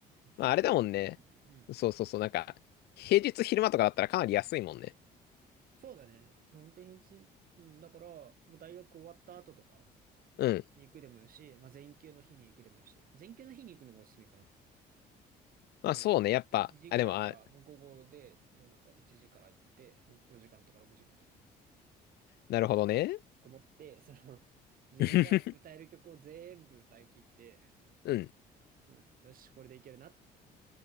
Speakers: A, on the right; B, on the left.
A: 人から結構聞いてる。
B: まあ、あれだもんね。
A: うん。
B: そうそうそう。なんか、平日昼間とかだったらかなり安いもんね。
A: そうだね。本当にし、うん、だから、もう大学終わった後とか
B: うん。
A: に行くでもよし、まあ前休の日に行くでもよし。前休の日に行くのがおすすめかな。もう1時ぐらいから、
B: まあ、そうね。やっぱ、あ、でも、あ、
A: もう午後で、もうなんか1時から行って、もう5時間とか6時間とか、
B: なるほどね。
A: こもって、その、自分が歌える曲を全部歌い切って、
B: <laughs> うん。
A: うん、よし、これでいけるなって、